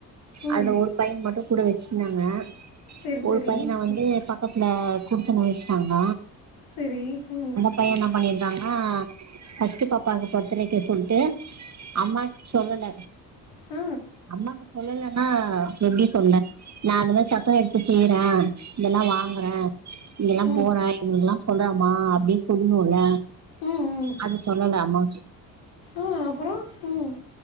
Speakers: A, on the left; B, on the right.
A: ம்
B: அதுல ஒரு பையன் மட்டு கூட வச்சுக்கினாங்க
A: சரி
B: ஒரு
A: சரி
B: பையன வந்து
A: ம்,
B: ப க்கத்துல குடுத்தனோ வச்ட்டாங்க
A: செரி ம்
B: பையே என்ன பண்ணிருக்காங்க ஃபர்ஸ்ட்டு பாப்பாக்கு பத்துடேக்கு சொல்ட்டு அம்மா சொல்லல
A: ஆ
B: அம்மாக்கு சொல்லலன்னா எப்டி சொன்ன நா அந்த மாரி சட்னு எடுத்து செய்றே இதெல்லா வாங்குறேன் இங்கெல்லா
A: ம்
B: போறேன் இவங்ககெல்லாம் சொல்றாம அப்டின் சொடும்ல
A: ம் ம்
B: அது சொல்லலாமா
A: ஆ அப்ரோ ம்